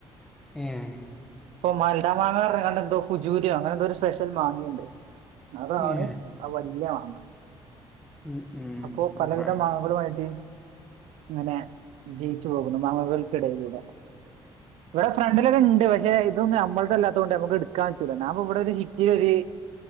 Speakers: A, in the centre; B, on the right.
A: ഏഹ്
B: ഇപ്പോ മാൽഡാ മാങ്ങ പറഞ്ഞ്കാണ്ട് എന്തോ ഫുജീരിയോ അങ്ങനെന്തോര് സ്പെഷ്യൽ മാങ്ങേണ്ട്. അതാണ്
A: ഏ
B: ആ വല്യ മാങ്ങ.
A: ഉം, ഉം,
B: അപ്പോ പലവിധ
A: ബ-
B: മാങ്ങകളുമായിട്ട്. ങ്ങനെ ജീവിച്ചു പോകുന്നു മാങ്ങകൾക്കിടയിലൂടെ. ഇവിടെ ഫ്രണ്ടിലൊക്കെണ്ട് പക്ഷെ. ഇതൊന്നും ഞമ്മൾതല്ലാതോണ്ടെ ഞമ്ക്ക് എടുക്കാൻ പറ്റുല ഞാപ്പ ഇവിടൊര് <unintelligible> ഒരു.